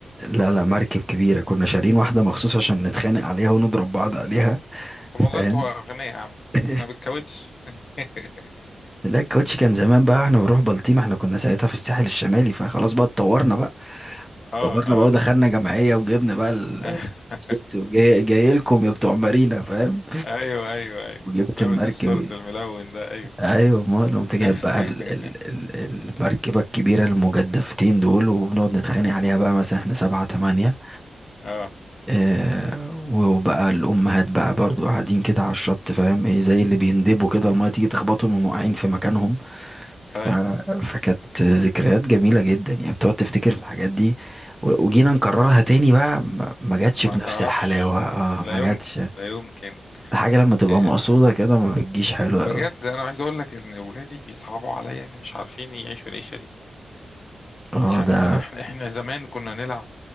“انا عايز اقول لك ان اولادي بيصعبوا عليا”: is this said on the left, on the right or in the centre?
Left